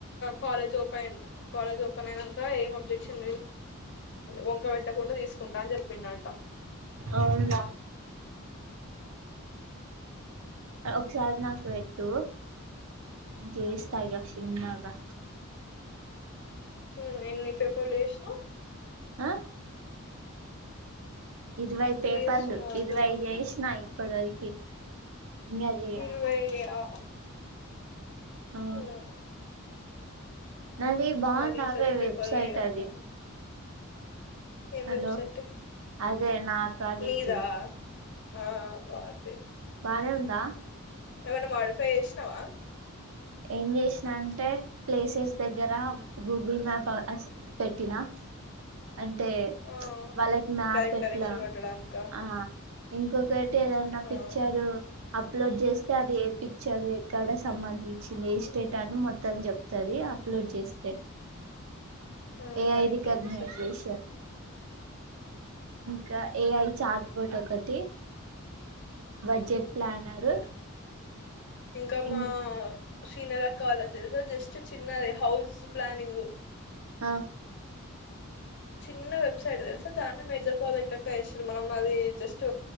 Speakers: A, on the left; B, on the right.
A: కాలేజ్ ఓపెన్ కాలేజ్ ఓపెన్ అయిక ఏంబ్జెక్షన్ం వంక పెట్టకుండా తీసుకు కుంటాని చెప్పినంట
B: అవునా ఒకసార్ నాకు వెట్టు చేస్తాగా చిన్నగా
A: హ్మ్మ్ ఎన్ని పేపర్లు చేసినా
B: ఆ ఇరవై పేపర్లు
A: చేస్తున్నావ్ అంటున్నా
B: ఇరవై చేసినా ఇప్పటి వరకి ఇంకా చేయాలి
A: ఇరువై ఆ
B: ఆ
A: హ్మ్మ్
B: నాది బాగుంది
A: రీసెర్చ్
B: అవే
A: పేపర్
B: వెబ్సైట్
A: చేయాలేమో
B: అది
A: ఏం
B: హలో
A: వెబ్సైట్
B: అదే నా ప్రాజెక్టుది
A: నీదా ఆ బావుంది
B: బనే ఉందా
A: ఏమైన్నా మాడిఫై చేసినావా
B: ఏం చేసిన అంటే ప్లేసెస్ దగ్గర గూగుల్ మ్యాప్ పెట్టినా అంటే
A: ఆ
B: వాళ్ళకి మ్యాప్
A: డైరెక్ట్
B: ఎట్లా
A: డైరెక్షన్ పట్టడానికా
B: ఆ ఇంకొకటి ఏదన్నా
A: ఆహా
B: పిక్చరు అప్లోడ్ చేస్తే అది ఏ పిక్చర్ ఎక్కడ సంబంధి వచ్చింది ఏ స్టేటాని మొత్తాం చెప్తుంది అప్లోడ్ చేస్తే
A: ఉమ్,
B: ఏ
A: మరి
B: ఐ
A: ఇంకేది
B: రికగ్నైజేషన్
A: సెట్
B: ఇంకా ఏఐ చార్ట్ బోట్ ఒకటి బడ్జెట్ ప్లానర్
A: హ్మ్మ్ ఇంకా మా
B: ఇం
A: సీనర్ అక్కా వాలది తెల్సా జస్ట్ చిన్నది హౌస్ ప్లనింగ్
B: ఆ
A: చిన్న వెబ్సైట్ తెలుసా దాన్ని మేజర్ ప్రాజెక్ట్ లక్క వేసారు మనం మాది జస్ట్